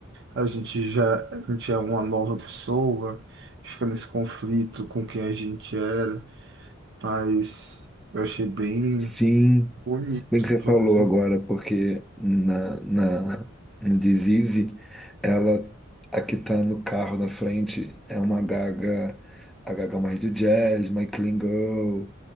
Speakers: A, on the right; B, in the centre.
A: a gente já, a gente é uma nova pessoa, fica nesse conflito com quem a gente era, mas eu achei bem
B: Sim.
A: bonito
B: Bem que você
A: todo
B: falou
A: esse...
B: agora, porque na, na, no Disease, ela, a que tá no carro na frente, é uma Gaga, a Gaga mais do jazz, mais clean girl,